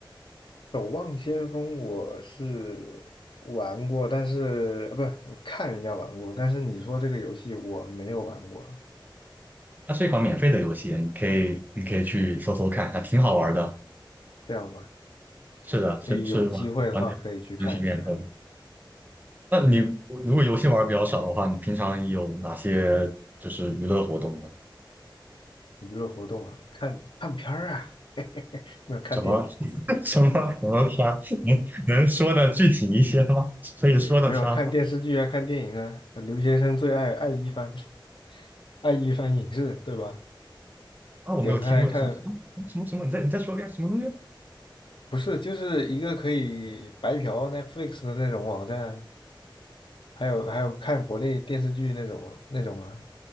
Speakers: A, on the left (about 75°); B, on the right (about 20°).
A: 守望先锋我是玩过，但是呃不，我看人家玩过，但是你说这个游戏我没有玩过，
B: 它是一款免费的游戏，你可以你可以去搜搜看，还挺好玩的。
A: 这样吧，
B: 是的，是是完完全完全免费。
A: 呃有机会的话可以去看一下
B: 那你如果游戏玩的比较少的话，你平常有哪些就是娱乐活动呢？
A: 娱乐活动啊，看看片儿啊，<laughs> 没有看电影，
B: 什么 <laughs> 什么什么片儿？能能说的具体一些吗？可以说的片儿吗？
A: <laughs> 没有看电视剧啊，看电影啊，留学生最爱爱一番，<laughs> 爱一番影视，对吧？
B: 啊，我没有听过什么什么什么，
A: 点开来看，
B: 什么，你再你再说一遍什么东西？
A: 不是，就是一个可以白嫖 Netflix 的那种网站。还有还有看国内电视剧那种那种啊，